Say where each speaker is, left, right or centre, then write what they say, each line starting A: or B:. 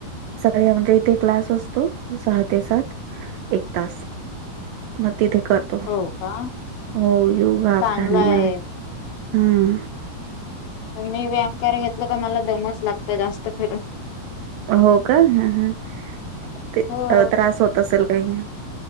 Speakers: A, on the right; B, on the left.
A: सगळ म्हणजे इथे क्लास असतो सहा ते सात. एक तास मग तिथे करतो
B: हो का
A: हो योगा
B: चांगला
A: प्राणायाम.
B: आहे
A: हम
B: मी व्यायाम के घेतलं का मला दमच लागत जास्त कररून
A: हो का ह ह ते
B: हो.
A: त्रास होत असेल काही.